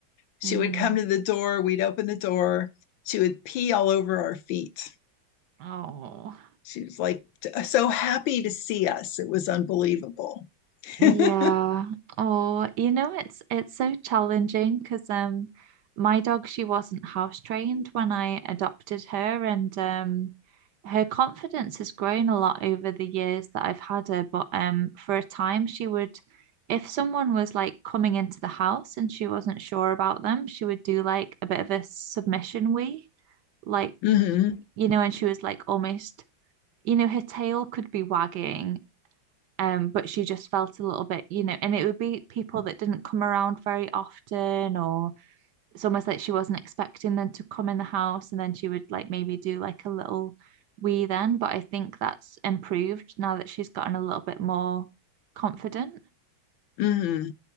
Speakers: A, on the left (about 75°); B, on the right (about 65°).
A: she
B: Mm.
A: would come to the door. We'd open the door. She would pee all over our feet.
B: Oh,
A: She was like t- so happy to see us. It was unbelievable.
B: yeah.
A: <laughs>
B: Oh, you know, it's it's so challenging because um, my dog she wasn't house trained when I adopted her, and um, her confidence has grown a lot over the years that I've had her. But um, for a time, she would, if someone was like coming into the house and she wasn't sure about them, she would do like a bit of a submission wee, like
A: hmm
B: you know, and she was like almost you know, her tail could be wagging, um, but she just felt a little bit, you know, and it would be people that didn't come around very often, or it's almost like she wasn't expecting them to come in the house, and then she would like maybe do like a little wee then. But I think that's improved now that she's gotten a little bit more confident.
A: hmm